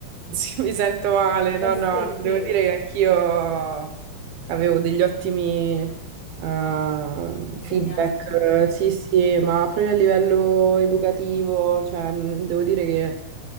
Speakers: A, on the right; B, on the left.
A: Sì, mi sento male,
B: Eh
A: no,
B: sì,
A: no,
B: sì.
A: devo dire che anch'io avevo degli ottimi eh,
B: Insegnanti.
A: feedback,
B: Mm,
A: eh, sì, sì, ma proprio a livello educativo, cioè, mh, devo dire che